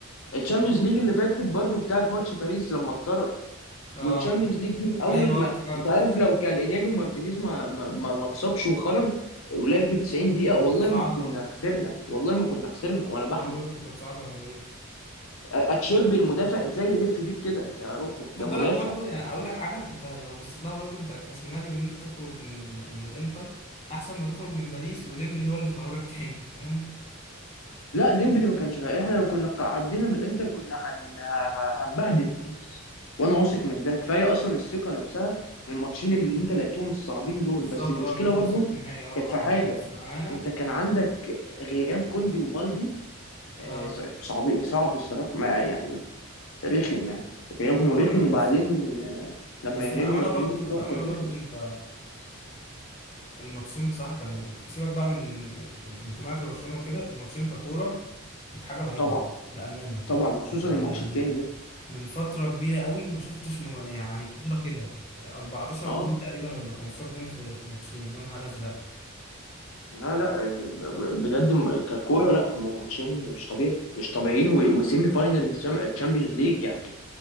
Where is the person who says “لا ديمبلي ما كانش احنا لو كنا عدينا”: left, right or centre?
Left